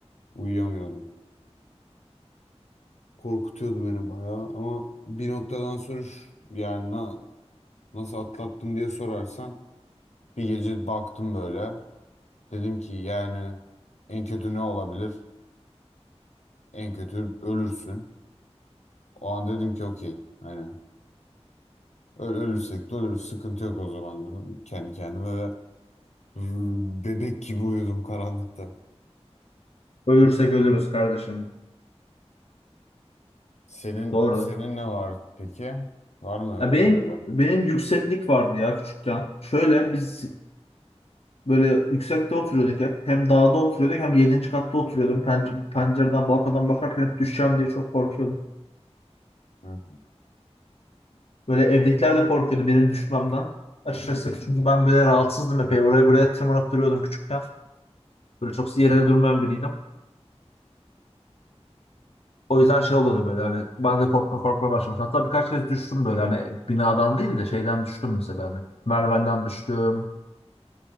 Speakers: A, on the left; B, on the left.
A: Uyuyamıyordum. korkutuyordu beni bayağı ama bir noktadan sonra şu- yani na- nasıl atlattım diye sorarsan bir gece baktım böyle dedim ki yani en kötü ne olabilir? En kötü ölürsün. O an dedim ki okey hani öl ölürsek de ölürüz sıkıntı yok o zaman dedim kendi kendime ve r- bebek gibi uyudum karanlıkta.
B: Ölürsek ölürüz kardeşim.
A: Senin
B: Doğru.
A: senin ne var peki? Var mı öyle
B: Ya benim
A: böyle?
B: benim yükseklik vardı ya küçükken. Şöyle biz böyle yüksekte oturuyorduk hep. Hem dağda oturuyorduk hem yedinci katta oturuyordum. Penc- pencereden balkondan bakarken hep düşeceğim diye çok korkuyordum.
A: Hı.
B: Böyle evdekiler de korkuyordu benim düşmemden. Açıkçası çünkü ben böyle rahatsızdım epey. Oraya buraya tırmanıp duruyordum küçükken. Böyle çok yere durmayan biriydim. O yüzden şey oluyordu böyle hani ben de korkma korkma başlamış. Hatta birkaç kez düştüm böyle hani binadan değil de şeyden düştüm mesela hani. Merdivenden düştüm.